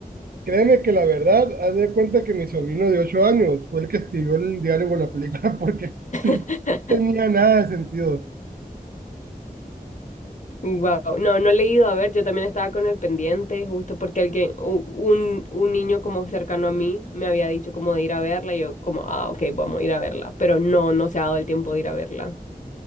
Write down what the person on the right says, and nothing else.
créeme que la verdad, haz de cuenta que mi sobrino de 8 años fue el que escribió el diálogo de la película <laughs> porque no
tenía nada de sentido.